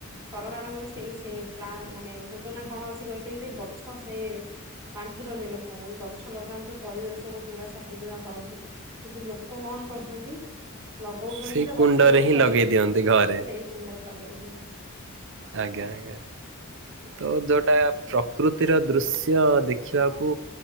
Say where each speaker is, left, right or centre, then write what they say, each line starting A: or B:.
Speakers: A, on the right (about 15°); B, on the right (about 60°).
A: ସରକାରଙ୍କ ବି ସେଇ ସେ ପ୍ ମାନେ ଯୋଜନା କଣ ଅଛି କହିଲେ ଗ ଯେ ଗଛ ସେ ବାଣ୍ଟୁଛନ୍ତି ଲୋକଙ୍କୁ ଗଛ ଛ ଲଗାନ୍ତୁ ପରିବେଶ କୁ ପୁରା ସବୁଜମା କରନ୍ତୁ କିନ୍ତୁ ଲୋକ କଣ କରୁଛନ୍ତି। ଲଗଉଛନ୍ତି
B: ସେଇ
A: ତ
B: କୁଣ୍ଡରେ
A: ଗଛ ରୋଡ
B: ହିଁ
A: ସାଇଡରେ
B: ଲଗେଇ ଦିଅନ୍ତି ଘରେ
A: ସେଇ କୁଣ୍ଡରେ ଲଗେଇ ଦିଅନ୍ତି।
B: ଆଜ୍ଞା ଆଜ୍ଞା। ତ ଯୋଉଟା ପ୍ରକୃତିର ଦୃଶ୍ୟ ଦେଖିବାକୁ